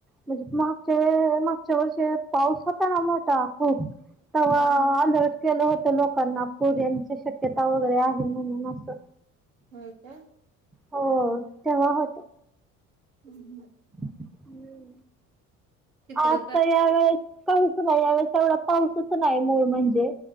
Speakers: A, in the centre; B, on the right.
A: म्हणजे मागच्या वे मागच्या वर्ष पाऊस होता ना मोठा खूप त
B: हा
A: आधट
B: हा
A: केेला होत लोक नापूर यांची शक्यता वगैरे आहे म्हणून असं
B: हो का
A: हो तेव्हा हो
B: हम् हम
A: हम्म
B: तिकडं
A: आता
B: काय
A: यावेेळेस काहीच नाही यावेेळेस एवढा पाऊसच नाही मूळ म्हणजे